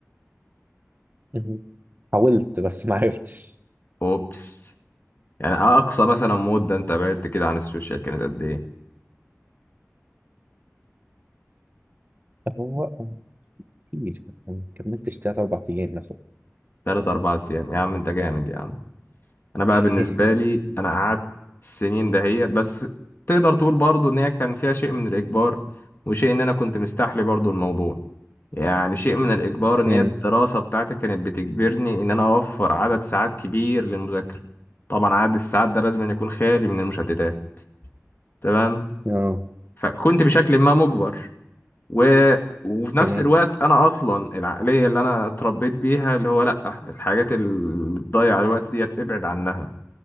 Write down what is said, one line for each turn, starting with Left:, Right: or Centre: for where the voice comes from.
Right: إن- حاولت بس ما عرفتش
Left: أوبس يعني أقصى مثلا مدة أنت بعدت كده عن السوشيال كانت قد إيه؟
Right: هو كتير ما كملتش تلات اربع ايام مثلا
Left: تلات أربع أيام يا عم أنت جامد يا عم انا
Right: <laughs>
Left: بقى بالنسبه لي انا قعدت السنين دهيت بس تقدر تقول برضو ان هي كان فيها شيء من الاجبار وشيء ان انا كنت مستحلي برضو الموضوع يعني شيء من الاجبار ان
Right: مم.
Left: هي الدراسه بتاعتي كانت بتجبرني ان انا اوفر عدد ساعات كبير للمذاكره طبعا عدد الساعات ده لازم أن يكون خالي من المشتتات تمام
Right: اه
Left: فكنت بشكل ما مجبر و... وفي نفس
Right: تمام
Left: الوقت انا اصلا العقليه اللي انا اتربيت بيها اللي هو لا الحاجات اللي بتضيع الوقت ديت ابعد عنها